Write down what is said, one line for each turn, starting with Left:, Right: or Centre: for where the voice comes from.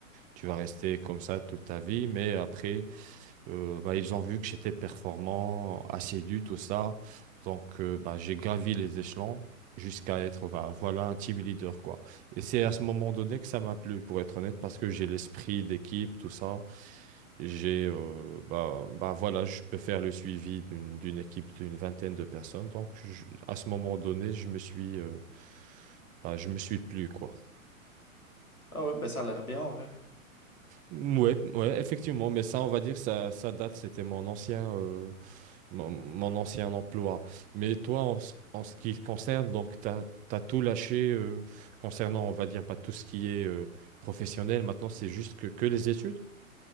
Right: tu vas rester comme ça toute ta vie. Mais après, Euh, bah, ils ont vu que j'étais performant, assidu, tout ça. Donc, euh, bah, j'ai gravi les échelons jusqu'à être, bah, voilà, un team leader, quoi. Et c'est à ce moment donné que ça m'a plu, pour être honnête, parce que j'ai l'esprit d'équipe, tout ça. J'ai, euh, bah, bah, voilà, je peux faire le suivi d'une, d'une équipe d'une vingtaine de personnes. Donc, je- à ce moment donné, je me suis, euh, bah, je me suis plu, quoi.
Left: Ah ouais, ben ça a l'air bien en vrai.
Right: Ouais, ouais, effectivement, mais ça, on va dire, ça, ça date, c'était mon ancien. euh, mon, mon ancien emploi. Mais toi, en, ce en ce qui concerne, donc, tu as, tout lâché euh, concernant, on va dire, pas tout ce qui est euh, professionnel. Maintenant, c'est juste que, que les études?